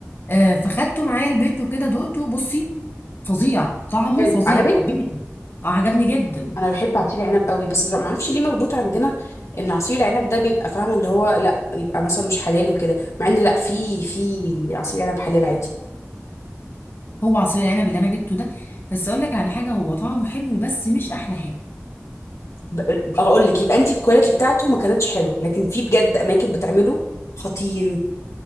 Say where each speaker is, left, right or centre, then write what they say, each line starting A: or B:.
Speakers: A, on the left; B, on the left.
A: آه، فخدته معايا البيت وكده دقته بصي فظيع طعمه
B: حلو
A: فظيع
B: عجبك
A: حبيته اه عجبني جدا
B: انا بحب عصير العنب قوي بس ما اعرفش ليه مربوط عندنا ان عصير العنب ده بيبقى فاهمه اللي هو لا يبقى مثلا مش حلال وكده مع ان لا في في عصير عنب حلال عادي
A: هو عصير العنب اللي انا جبته ده بس اقول لك على حاجه هو طعمه حلو بس مش احلى حاجه
B: ب- اقول لك يبقى انت الكواليتي بتاعته ما كانتش حلوه لكن في بجد اماكن بتعمله خطير